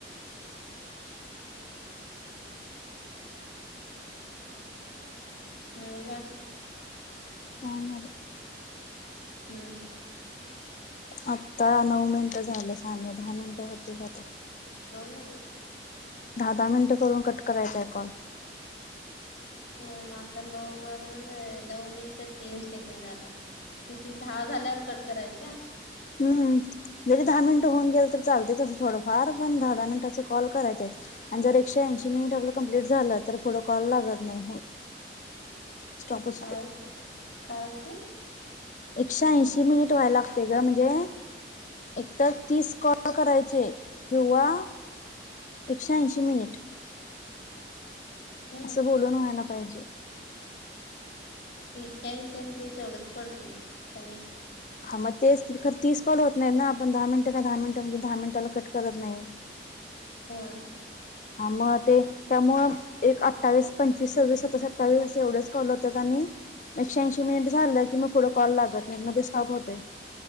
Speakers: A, on the left; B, on the left.
A: आणि काय.
B: काय नाही बघ.
A: हम्म.
B: आता नऊ मिनिटं झालं सां दहा मिनिटं होतील आता.
A: नऊ झालीत.
B: दहा दहा मिनिटं करून, कट करायचांय कॉल.
A: होय ना आता नऊ वाजून नऊ मिनिटात तीन सेकंड झालं. किती धा झाल्यावर कट करायचं काय.
B: हम्म जरी दहा मिनटं होऊन गेल तर चालतय नाही तसं थोडंफार पण दहा दहा मिनिट अस कॉल करायचे आहेत. आणि जर एकशे ऐंशी मिनिट आपला कंप्लीट झालं तर पुढं कॉल लागत नाही. स्टॉपच
A: काॅल
B: होते
A: काॅल काय.
B: एकशे ऐंशी मिनिट व्हायला लागतय ग म्हणजे. एक तर तीस कॉल करायचे किंवा. एकशेऐंशी मिनिट.
A: ह
B: असं बोलून व्हायला पाहिजे.
A: एकशेऐंशी ते तेवढंच पडतंय काय नाही.
B: हा मग तेच की खर तीस कॉल होत नाही ना आपण दहा मिनट काय दहा मिनिटं म्हणजे दहा मिनिटाला कट करत नाही.
A: व्हय.
B: हा मग ते त्यामुळंच. एक अठ्ठावीस, पंचवीस, सव्वीस, सत्तावीस, असठ्ठावीस असे एवढेच कॉल होतात. आणि, एक श्याऐंशी मिनिट झालं की मग पुढं कॉल लागत नाही मध्ये स्टॉप होतय.